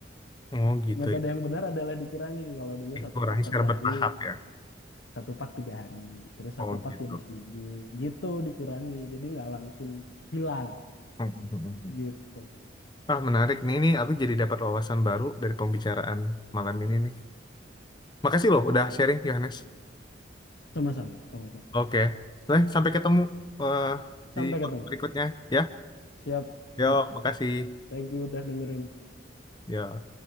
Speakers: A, on the left; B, on the left.
A: Oh gitu
B: Metode
A: ya.
B: yang benar adalah dikurangi. Kalau dulu
A: Itu
B: satu
A: orangnya
B: pak
A: secara
B: satu
A: bertahap
B: hari,
A: ya.
B: satu pak tiga hari terus
A: Oh
B: satu pak
A: gitu.
B: jadi seminggu gitu dikurangi jadi nggak langsung hilang
A: <laughs>
B: gitu
A: Ah, menarik nih, ini aku jadi dapat wawasan baru dari pembicaraan malam ini nih. Makasih loh udah sharing, Yohanes.
B: sama-sama sama-sama
A: Oke. Nah, sampai ketemu eh,
B: sampai
A: di
B: ketemu
A: berikutnya ya.
B: siap
A: Yo,
B: siap
A: makasih.
B: thank you udah dengerin
A: Yo.